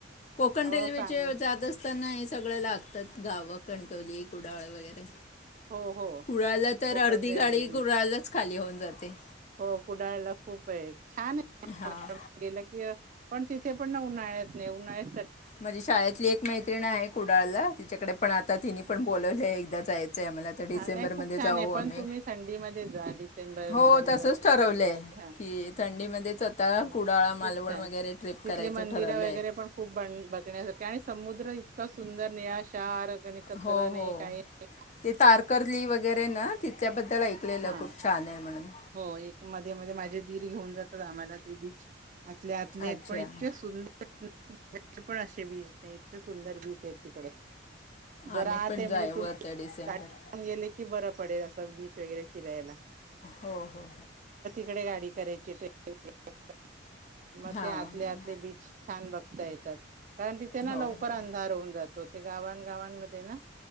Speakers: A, on the left (about 35°); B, on the right (about 40°).
A: कोकण
B: हो
A: रेल्वेचे
B: सांगा
A: जादा स्त तर ना हे सगळं लागतात गावं कणकवली कुडाळ वगैरे
B: हो हो.
A: कुडाळला तर
B: कोकण
A: अर्धी
B: रेल्वेने
A: गाडी कुडाळलाच खाली होऊन जाते
B: हो कुडाळला खूप आहे छान अ.
A: हां
B: अ. वाटतं गेलं कि पण तिथे पण ना उन्हाळ्यात नाही उन्हाळ्यात चा..
A: माझी शाळेतली एक मैत्रिणी आहे कुडाळला तिच्याकडे पण आता तिने पण बोलावले एकदाच जायचं आहे आम्हाला तर डिसेंबरमध्ये
B: हा नाही खूप छान
A: जाऊ
B: आहे
A: आम्ही
B: पण तुम्ही संडे मध्ये जा ब
A: हो
B: जानेवारी.
A: तसंच ठरवलं
B: फेब्रवारी
A: आहे
B: ह.
A: की थंडीमध्येच आता
B: खूप
A: कुडाळा मालवण
B: छान
A: वगैरे
B: आहेत
A: ट्रिप
B: तिथली
A: करायचं
B: मंदीरं
A: ठरवलं आहे
B: वगैरे पण खूप बघण्यासारखी समद... तो इतका सुंदर नियाशार आणि कचरा
A: हो
B: नाही
A: हो
B: काय नाही
A: ते तारकर्ली वगैरे ना तिथचल्याबद्दल ऐकलेलं
B: हा
A: खूप छान आहे. म्हणून
B: हो एक मध्ये मध्ये माझे दीर घेऊन जातात आम्हाला ते बीच आतल्या आतले
A: अच्छा
B: पण इतके सुंदर. पण इकडचे पण असे बीच नाही इतके सुंदर बीच आहेत तिकडे. जरा
A: आम्ही
B: आत
A: पण
B: आहे म्हणजे
A: जाऊ
B: तुम्ही
A: वरत डिसेंबर.
B: गाडीतून गेले की बरं पडेल असं बीच वगैरे फिरायला.
A: हो हो हो.
B: इकडे गाडी करायची ती ई. ओ. आ. आ. मग
A: हां
B: ते आतले आतले बीच छान बघते. येतात. कारण तिथे ना
A: हो
B: लवकर
A: हो
B: अंधार होऊन जातो ते गावां गावांमध्ये ना